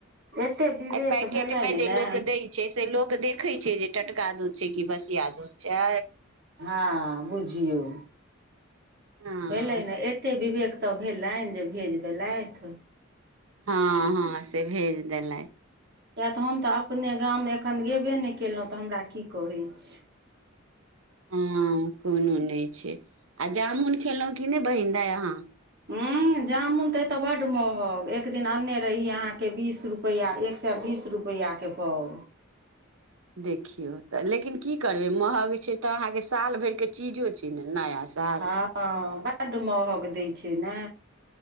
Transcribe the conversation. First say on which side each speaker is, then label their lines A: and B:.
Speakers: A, on the right; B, on the right.
A: एते विवेक
B: आ पैकेट
A: भेलनि
B: मे जे
A: ने
B: लोक दै छै से लोक के देखे छै जे टटका दूध छै कि बसिया दूध छै
A: हँ बुझियौ
B: हँ
A: भेलै न एतेक विवेक तऽ भेलैन जे भेज देलैथ
B: हँ हँ से भेज देलै
A: किया तऽ हम तऽ अपने गाम मे एखन गेल बे नय केलहुँ तऽ हमरा की कहैछ
B: हँ कोनो नय छै आ जामुन खेलहुँ कि नय बहिन दााय अहाँ
A: ह जामुन ते एते बड महगं एक दिन अन्ने रहिय अहाँ के बीस रुपआ एक स बी बिस रुपैआ के पााव
B: देखियौ तऽ लेकिन की करबै महग छै त अहाँ के साल भर के चीजो छै ने नया साल
A: हँ बड्ड महंग दै छै ने